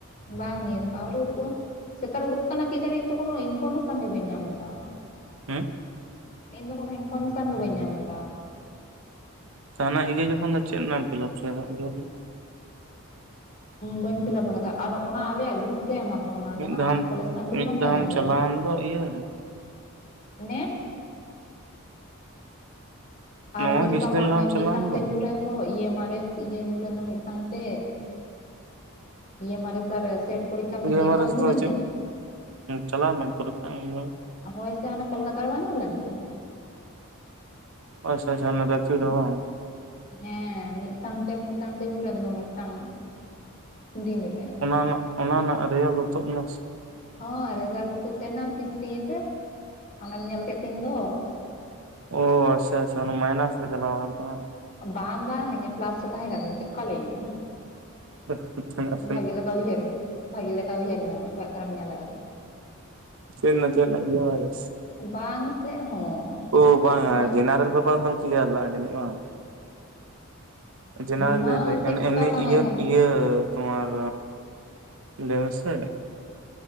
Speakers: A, on the left (about 40°); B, on the right (about 65°).
A: ᱵᱟᱝ ᱱᱤᱭᱟᱹ ᱫᱷᱟᱣ ᱟᱹᱣᱨᱤ ᱩᱰᱩᱠᱚᱜᱼᱟ ᱾ ᱥᱮ ᱛᱟᱦᱚᱞᱮ ᱩᱰᱩᱠ ᱟᱠᱟᱱᱟ ᱠᱤ ᱡᱟᱱᱤ ᱤᱧ ᱫᱚ ᱠᱳᱱᱳ ᱤᱱᱯᱷᱚᱨᱢᱮᱥᱚᱱ ᱜᱮ ᱵᱟᱹᱧ ᱧᱟᱢ ᱮᱫᱟ ᱾
B: ᱦᱩᱸ᱾
A: ᱤᱧ ᱫᱚ ᱠᱚᱱᱳ ᱤᱱᱯᱷᱚᱨᱢᱮᱥᱚᱱ ᱜᱮ ᱵᱟᱹᱧ ᱧᱟᱢ ᱮᱫᱟ ᱾
B: ᱛᱚ ᱦᱟᱱᱮ ᱤᱭᱟᱹ ᱡᱚᱠᱷᱚᱱ ᱫᱚ ᱪᱮᱫ ᱨᱮᱱᱟᱜ ᱮᱢ ᱯᱷᱤᱞᱟᱯ ᱠᱮᱫᱟ ᱩᱭᱦᱟᱹᱨᱢᱮ,
A: ᱵᱟᱹᱧ ᱯᱷᱤᱞᱟᱯ ᱟᱠᱟᱫᱟ ᱟᱨ ᱚᱱᱟ ᱟᱞᱮᱭᱟᱜ ᱜᱩᱨᱩᱯ ᱛᱮ ᱮᱢᱟᱠᱚ ᱚᱱᱟ
B: ᱢᱤᱫ
A: ᱡᱟᱦᱟᱸ
B: ᱫᱷᱟᱣ
A: ᱠᱚᱞᱮᱡᱽ ᱨᱮᱱᱟᱜ ᱜᱨᱩᱯ
B: ᱢᱤᱫ
A: ᱵᱟᱝ ᱛᱟᱦᱮᱸ
B: ᱫᱷᱟᱣᱮᱢ
A: ᱠᱟᱱ ᱛᱟᱞᱮᱭᱟ
B: ᱪᱟᱞᱟᱣᱮᱱ ᱫᱚ ᱤᱭᱟᱹ
A: ᱱᱮᱴ ᱟᱨ
B: ᱱᱚᱜᱼᱚᱭ
A: ᱢᱤᱫ ᱡᱚᱠᱷᱟᱜ
B: ᱠᱤᱪᱷᱩ ᱫᱤᱱ
A: ᱢᱟ ᱦᱟᱱᱮ
B: ᱞᱟᱦᱟᱢ ᱪᱟᱞᱟᱣᱮᱱ
A: ᱢᱤᱫ ᱥᱟᱝᱛᱮ
B: ᱫᱚ
A: ᱧᱩᱨᱮᱱ ᱫᱚ ᱤᱭᱮ. ᱮᱢ‌. ᱟᱨ. ᱮᱥ- ᱤᱭᱟᱹ ᱧᱩᱨᱮᱱ ᱫᱚ ᱢᱤᱫ ᱥᱟᱝᱛᱮ ᱤ. ᱮᱢ. ᱟᱨ. ᱮᱥ ᱟᱨ ᱥᱮᱴ ᱯᱚᱨᱤᱠᱠᱷᱟ ᱢᱤᱫ
B: ᱤ.
A: ᱫᱤᱱ
B: ᱮᱢ.
A: ᱨᱮ
B: ᱟᱨ.
A: ᱵᱟᱝ
B: ᱮᱥ
A: ᱧᱩᱨᱮᱱ
B: ᱫᱚ ᱪᱮᱜ,
A: ᱛᱤᱧᱟᱹ
B: ᱪᱟᱞᱟᱣ ᱞᱮᱱᱟᱢ ᱯᱚᱨᱤᱠᱠᱷᱟ ᱮᱢ?
A: ᱦᱳᱭ ᱥᱮ ᱦᱟᱱᱮ ᱠᱳᱞᱠᱟᱛᱟ ᱨᱮ ᱵᱟᱝ ᱧᱩᱨ ᱞᱮᱱ ᱛᱤᱧᱟ
B: ᱟᱪᱪᱷᱟ ᱟᱪᱪᱷᱟ ᱦᱟᱱᱮ <unintelligible> ᱫᱚᱢ
A: ᱦᱮᱸ ᱢᱤᱜ ᱥᱟᱝᱛᱮ ᱢᱤᱜ ᱥᱟᱝᱛᱮ ᱧᱩᱨᱮᱱ ᱫᱚ ᱢᱤᱜᱴᱟᱝ ᱫᱤᱱ ᱨᱮ᱾
B: ᱚᱱᱟ ᱨᱮᱱᱟᱜ ᱚᱱᱟ ᱨᱮᱱᱟᱜ ᱨᱮᱡᱟᱞᱴ ᱫᱚ ᱛᱳᱫ ᱱᱚᱥ
A: ᱦᱚᱸ ᱨᱮᱡᱟᱞᱴ ᱛᱩᱫ ᱞᱮᱱᱟ ᱛᱤᱥ ᱫᱤᱱ ᱨᱮ ᱟᱢᱮᱢ ᱧᱮᱞ ᱠᱮᱫ ᱛᱤᱧ ᱫᱚ᱾
B: ᱚ ᱟᱪᱪᱷᱟ ᱟᱪᱪᱷᱟ ᱚᱱᱟ ᱢᱟᱭᱱᱟᱥ ᱨᱮ ᱪᱟᱞᱟᱣ ᱠᱟᱱ ᱛᱟᱢᱟ᱾
A: ᱵᱟᱝ ᱵᱟᱝ ᱤᱧᱟᱹᱜ ᱯᱞᱟᱥ ᱨᱮ ᱛᱟᱦᱮᱸ ᱠᱟᱱ ᱛᱤᱧᱟᱹ ᱪᱮᱫᱠᱚ ᱞᱟᱹᱭᱟᱹᱧ ᱠᱟᱱᱟ᱾
B: ᱪᱮᱫ ᱨᱮᱱᱟᱜ
A: ᱵᱷᱟᱜᱤ ᱞᱮᱠᱟ ᱩᱭᱦᱟᱹᱨ ᱢᱮ ᱵᱷᱟᱜᱤ ᱞᱮᱠᱟ ᱩᱭᱦᱟᱹᱨ ᱢᱮ ᱚᱠᱚᱭᱟᱜ ᱛᱟᱨᱮᱢ ᱧᱮᱞ ᱠᱟᱫᱟ᱾
B: ᱪᱮᱜ ᱨᱮᱱᱟᱜ ᱪᱮᱜ ᱨᱮᱱᱟᱜ ᱵᱟᱭᱨᱟᱥ
A: ᱵᱟᱝ ᱥᱮ ᱦᱚᱸ,
B: ᱚ ᱵᱟᱝᱟ
A: ᱵᱷᱟᱜᱮ
B: ᱡᱮᱱᱟᱨᱮᱞ ᱯᱮᱯᱟᱨ ᱫᱚᱢ ᱠᱞᱤᱭᱟᱨ ᱱᱟ ᱡᱟᱹᱱᱤᱡ ᱵᱟᱝ, ᱡᱮᱱᱟᱨᱮᱞ
A: ᱢᱟ
B: ᱞᱟᱹᱭᱫᱟᱹᱧ
A: ᱪᱮᱫᱠᱟ
B: ᱚᱱᱮ ᱮᱢᱱᱤ
A: ᱛᱟᱦᱮᱸ
B: ᱤᱭᱟᱹ
A: ᱠᱟᱱᱟ
B: ᱤᱭᱟᱹ ᱛᱚᱢᱟᱨ ᱞᱟᱹᱭ ᱢᱮᱥᱮ